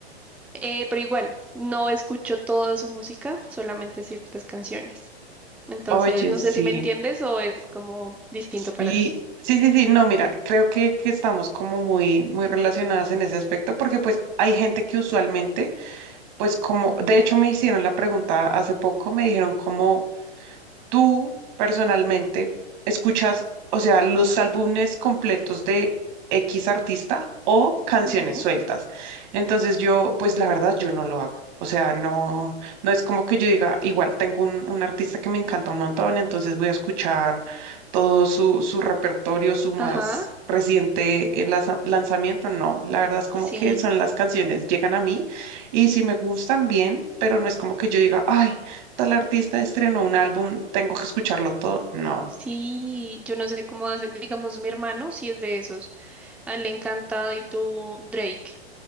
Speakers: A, in the centre; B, on the right.
A: Eh, pero igual, no escucho toda su música, solamente ciertas canciones. Entonces,
B: Oye,
A: no
B: sí,
A: sé si me entiendes o es como distinto
B: sí,
A: para ti.
B: sí, sí, sí, no, mira, creo que, que estamos como muy, muy relacionadas en ese aspecto porque pues hay gente que usualmente, pues como, de hecho me hicieron la pregunta hace poco, me dijeron como... ¿Tú personalmente escuchas, o sea, los álbumes completos de X artista o canciones
A: Ujú,
B: sueltas? Entonces yo, pues la verdad, yo no lo hago. O sea, no, no es como que yo diga, igual tengo un, un artista que me encanta un montón, entonces voy a escuchar todo su, su repertorio, su más
A: Ajá,
B: reciente eh, laza- lanzamiento. No, la verdad es como
A: sí,
B: que son las canciones, llegan a mí y si me gustan bien, pero no es como que yo diga, ay tal artista estrenó un álbum, tengo que escucharlo todo. No.
A: sí, yo no sé cómo hace, digamos, mi hermano sí es de esos, a él le encanta y tú Drake,